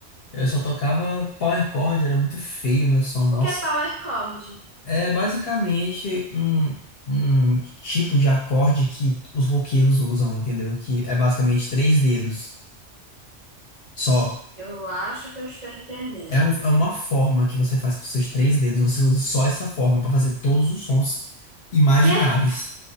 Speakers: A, on the left (about 60°); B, on the right (about 40°).
A: Eu só tocava power chord, era muito feio o meu som,
B: O
A: nossa.
B: que é power chord?
A: É basicamente um, um tipo de acorde que os roqueiros usam, entendeu? Que é basicamente três dedos. Só.
B: Eu acho que eu estou entendendo.
A: É, um- é uma forma que você faz com seus três dedos. Você usa só essa forma pra fazer todos os sons imagináveis.
B: Quê?